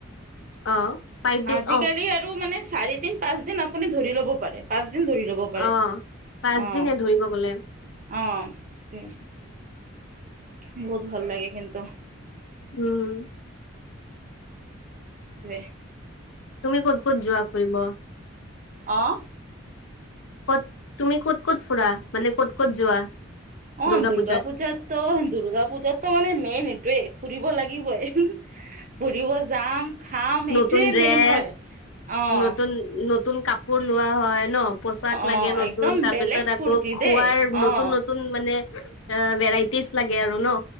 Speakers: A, on the left; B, on the right.
A: অ ফাইভ ডেজ
B: আজিকালি
A: অ
B: আৰু মানে চাৰি দিন পাঁচ দিন আপুনি ধৰি ল'ব পাৰে পাঁচ ধৰি লব পাৰে
A: অ পাঁচদিনে
B: আহ
A: ধৰিব গ'লে
B: আহ বহুত ভাল লাগে কিন্তন্তু
A: উম
B: তয়ে
A: তুমি ক'ত ক'ত যোৱা ফুৰিব
B: অহ।
A: ক'ত? তুমি ক'ত ক'ত ফুৰা? মানে ক'ত ক'ত যোৱা?
B: অ'
A: দুৰ্গা
B: দূৰ্গাপূজাত
A: পূজাত
B: ত' দূৰ্গাপূজাত' মানে মেইন এইটোৱেই। ফুৰিব লাগিবই। ফুৰিব যাম। খাম।
A: নতুন
B: এইটোৱে
A: ড্ৰেছ
B: মেইন হয়। অহ।
A: নতুন নতুন কাপোৰ লোৱা হয়, ন পোচাক লাগে
B: অ',
A: নতুন।
B: একদম
A: তাৰপিছত
B: বেলেগ
A: আকৌ
B: ফূৰ্তি
A: খোৱাৰ
B: দেই অ',
A: নতুন -নতুন মানে ভেৰাইটিজ লাগে আৰু ন?